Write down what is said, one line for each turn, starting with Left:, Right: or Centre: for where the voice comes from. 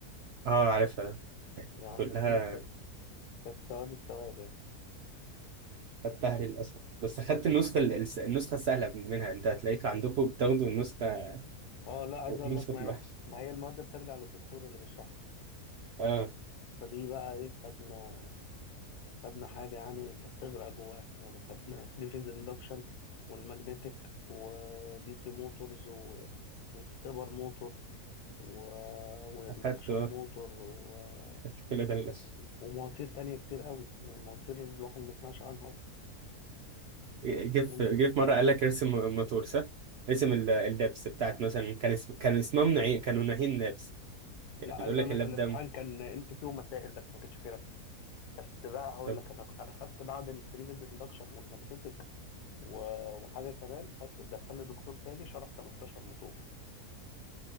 Right: اه عارفها
Left: يعني
Right: كلها
Left: دي كانت كانت سواد السواد يعني
Right: خدتها للأسف بس خدت النسخة الس- النسخة السهلة منها أنت هتلاقيك عندكم بتاخدوا النسخة
Left: اه لا عايز اقول
Right: نسخة
Left: لك ما
Right: الوحش
Left: ما هي المواد بترجع للدكتور اللي بيشرحها
Right: اه
Left: فدي بقى ايه خدنا خدنا حاجة يعني انت بتغرق جواها يعني خدنا ثري فيز اندكشن والماجنتيك ودي سي موتورز و... وستبر موتور و... واندكشن
Right: أخدت آه،
Left: موتور و...
Right: أخدت كل ده للأسف
Left: ومواتير تانية كتير قوي يعني مواتير الواحد ما يسمعش عنها اصلا
Right: جه
Left: فاهمني؟
Right: في جه في مرة قال لك ارسم موتور صح؟ ارسم ال- اللبس بتاعت مثلا كان اسم كان اسمها منعين كانوا ناهين لبس
Left: لا عايز
Right: يقول
Left: اقول
Right: لك
Left: لك
Right: اللاب
Left: الامتحان
Right: دم
Left: كان ام سي كيو ومسائل بس ما كانش فيه رسم بس بقى هقول
Right: طب
Left: لك انا انا خدت بعد الثري فيز اندكشن والماجنتيك و... وحاجه كمان خدت دخلني دكتور تاني شرح 13 موتور